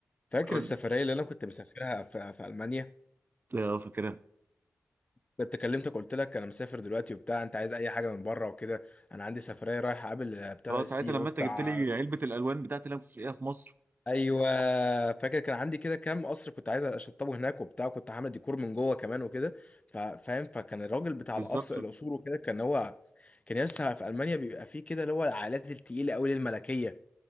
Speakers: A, on the left; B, on the right.
A: فاكر
B: قلت
A: السفريه اللي انا كنت مسافرها في, في المانيا
B: اه فاكرها
A: كنت كلمتك قلت لك انا مسافر دلوقتي وبتاع انت عايز اي حاجه من بره وكده انا عندي سفريه رايح اقابل ابتدى
B: اه
A: السي
B: ساعتها لما
A: او بتاع
B: انت جبت لي علبه الالوان بتاعت اللي انا كنت شاريها في مصر
A: ايوه فاكر كان عندي كده كام قصر كنت عايز اشطبه هناك وبتاع كنت عامل ديكور من جوه كمان وكده ف- فاهم فكان الراجل بتاع
B: بالظبط
A: القصر القصور وكده كان هو كان لسه في المانيا بيبقى فيه كده اللي هو العائلات التقيله قوي الملكيه